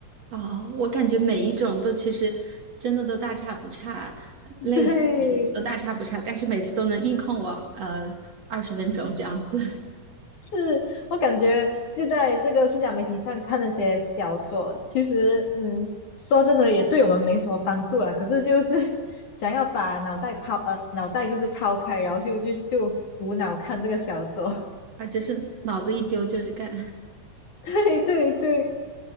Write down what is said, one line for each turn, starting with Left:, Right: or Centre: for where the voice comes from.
Right: 啊，我感觉每一种都其实真的都大差不差，
Left: <laughs>
Right: 类型
Left: 对，
Right: 都大差不差，但是每次都能硬控我呃二十分钟这样子，
Left: 是我感觉就在这个社交媒体上看那些小说，其实嗯，说真的也对我们没什么帮助啦。可是就是 <laughs> 想要把脑袋抛呃脑袋就是抛开，然后就就就无脑看这个小说。<laughs>
Right: <laughs> 啊，就是脑子一丢就是干。
Left: 对对对，